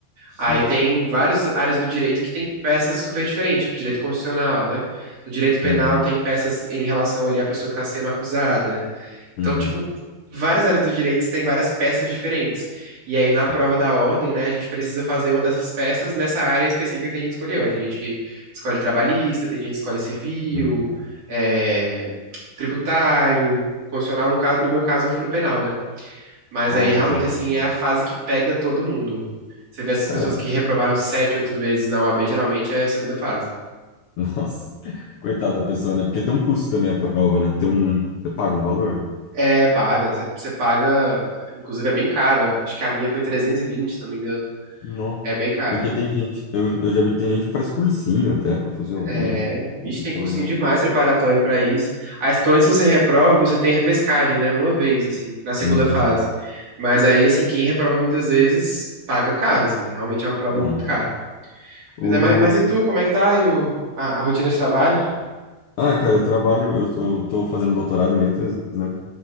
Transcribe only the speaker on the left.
sim.
Uhum,
uhum,
sim.
Uhum.
Ah,
tá.
Cara,
Nossa, <laughs> coitada da pessoa, né? Porque tem um custo também a prova, né? Tem um. Você paga um valor?
Não.
Porque tem gente. Eu, eu já vi que tem gente que faz cursinho até pra fazer o B
né?
E a pessoa
vai.
Uhum.
Não.
O...
Ah, cara, eu trabalho. Eu, eu tô fazendo doutorado em letras, né?